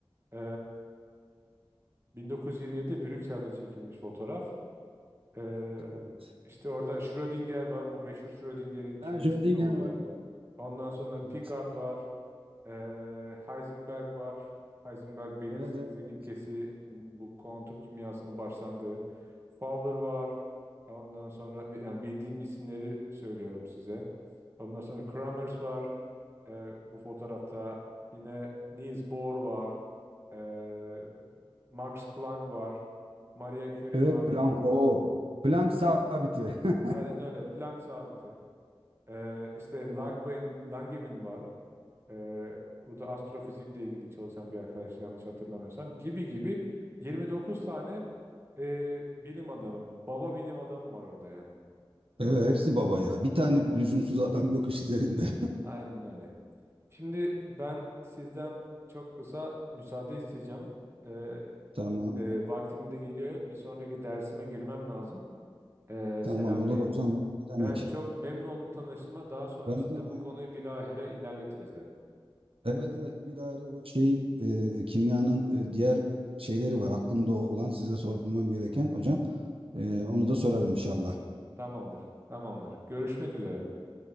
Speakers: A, on the right (about 25°); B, on the right (about 80°).
A: Ee, 1927'de Brüksel'de çekilmiş fotoğraf. Ee,
B: Evet.
A: işte orada Schrödinger var. Bu meşhur Schrödinger'in kedisinin
B: Ha, Schrödinger
A: olduğu.
B: var evet.
A: Ondan sonra Picard
B: Evet.
A: var. Ee, Heisenberg var. Heisenberg belirsizlik
B: Evet, evet.
A: ilkesi bu kuantum kimyasının başlandığı. Fowler var. Ondan sonra yani bildiğim isimleri söylüyorum size. Ondan sonra Kramers var. Ee, bu fotoğrafta yine Niels Bohr var. Ee, Max Planck var. Marie Curie
B: Evet
A: var.
B: plank o. plank sabiti. <laughs>
A: Aynen öyle. Planck sabiti. Ee, işte Langevin, Langevin var. Ee, bu da astrofizikle ilgili çalışan bir arkadaş yanlış hatırlamıyorsam gibi gibi 29 tane e, bilim adamı, baba bilim adamı var orada yani.
B: Evet, hepsi baba ya. Bir tane
A: Aynen.
B: lüzumsuz adam yok işlerinde.
A: Aynen öyle. Şimdi ben sizden çok kısa müsaade isteyeceğim. Ee,
B: <laughs> Tamam.
A: e, vaktim de geliyor. Bir sonraki dersime girmem lazım. Ee,
B: Tamam
A: Selami.
B: olur hocam. Olur. Ne
A: Ben
B: demek?
A: çok memnun oldum tanıştığıma. Daha sonrasında
B: Ben de mi?
A: bu konuyu bilahare ilerletiriz de.
B: Evet evet bilahare o şeyin e, kimyanın e, diğer şeyleri var. Aklımda olan size sormam gereken hocam. E,
A: Hı hı.
B: onu da sorarım inşallah.
A: Tamamdır. Tamamdır. Görüşmek üzere.